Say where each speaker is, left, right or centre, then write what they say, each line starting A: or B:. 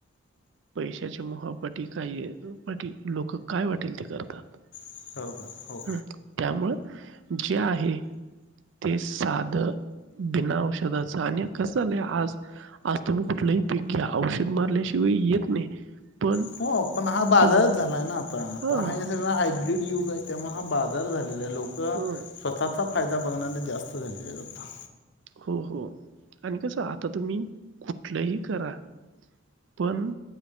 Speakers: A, on the right (about 65°); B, on the left (about 60°).
A: पैशाच्या मोहापाटी काय य अं पाटी लोकं काय वाटेल ते करतात.
B: <unintelligible> हो
A: हं. त्यामुळं जे आहे ते साधं बिना औषधाच आणि कसं झालंय आज आज तुम्ही कुठलंही पीक घ्या औषध मारल्याशिवाय येत नाही पण
B: हो पण हा बाजारच
A: तुम
B: झालाय ना आता आता
A: हां
B: हा हे सगळं हायब्रीड युग हाय त्यामुळे हा बाज जार झालेला आहे, लोक
A: हं.
B: स्वतःचा फायदा बघणारे जास्त झाले आहेत आता.
A: हो हो आणि कसं आता तुम्ही कुठलंही करा पण